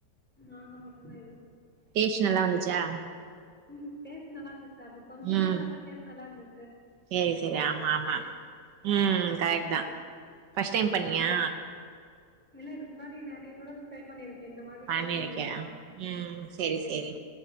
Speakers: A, in the centre; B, on the right.
A: நாங்க மட்டுதா இது
B: டேஸ் நல்லா வந்திச்சா
A: ம் டேஸ் நல்லா இருந் த அது கொஞ்சோதா
B: ம்
A: டேஸ்ட் நல்லா இருந்த
B: சேரி சேரி ஆமா ஆமா ம் கரெக்ட்தா ஃபஸ்ட்
A: ம்
B: டைம்
A: ஆமா
B: பண்ணியா
A: இல்ல இதுக்கு முன்னாடி நெறைய நூடல்ஸ் ட்ரை பண்ணிருக் கே இந்த மாரி
B: பண்ணிருக்கியா
A: கொரியன்லதா
B: ம் சேரி
A: ம்
B: சேரி